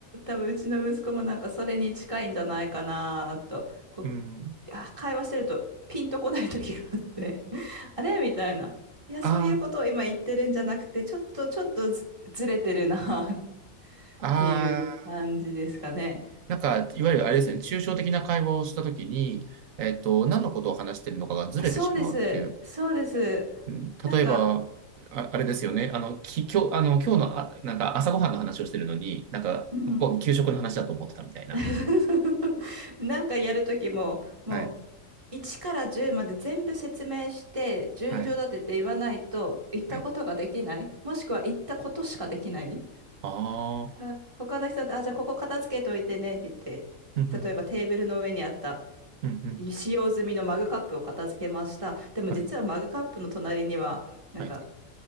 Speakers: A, on the right; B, on the right.
A: 分うちの息子もなんかそれに近いんじゃないかなと、こう
B: <laughs> うん。
A: あ会話してるとピンとこない時があって <laughs> あれみたいな。いや、そういうことを今言ってるんじゃなくて、
B: あ
A: ちょっと、ちょっとず、ずれてるな <laughs> っ
B: あ、
A: ていう感じですかね。
B: ああ。なんか、いわゆるあれですね、抽象的な会話をしたときに、えっと、何のことを話しているのかがずれてしまうっていう。
A: あそうです。そうです。
B: うん例えば、
A: なんか、
B: あ、あれですよね、あの、き、今日、あの、今日の、あ、なんか朝ごはんの話をしてるのに、なんか、
A: うん。
B: 向こう、給食の話だと思ってたみたいな。
A: <laughs> なんかやるときも、もう、
B: はい、
A: 1から10まで全部説明して、順序立てて言わないと、
B: はい、
A: 言ったことができない。
B: はい。
A: もしくは言ったことしかできない。
B: あ
A: まあ、
B: あ、
A: 他の人だと、あ、じゃあここ片付けといてねって言って、
B: うん、うん、
A: 例えばテーブルの上にあった
B: うん、うん。
A: 使用済みのマグカップを片付けました。でも実はマグカップの隣には、
B: はい、
A: なんか
B: はい。